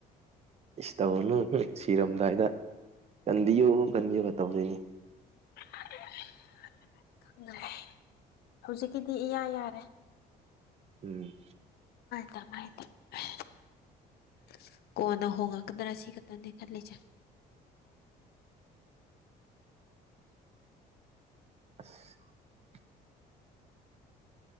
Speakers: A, on the right (about 40°); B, on the left (about 70°).
A: ꯏꯁ ꯇꯧꯔꯅꯨ ꯁꯤꯔꯝꯗꯥꯏꯗ ꯀꯟꯗꯤꯌꯣ ꯀꯟꯕꯤꯌꯣꯒ ꯇꯧꯗꯣꯏꯅꯤ
B: <unintelligible> ꯈꯪꯗꯔꯦ ꯍꯧꯖꯤꯛꯀꯤꯗꯤ ꯏꯌꯥ ꯌꯥꯔꯦ
A: ꯎꯝ
B: ꯀꯦꯝ ꯍꯥꯏꯗꯦ <inaudible> ꯀꯣꯟꯅ ꯍꯣꯡꯉꯥꯛꯀꯗꯔ ꯁꯤꯈꯠꯇꯅꯦ ꯈꯜꯂꯤꯁꯤ
A: ꯑꯁ <inaudible>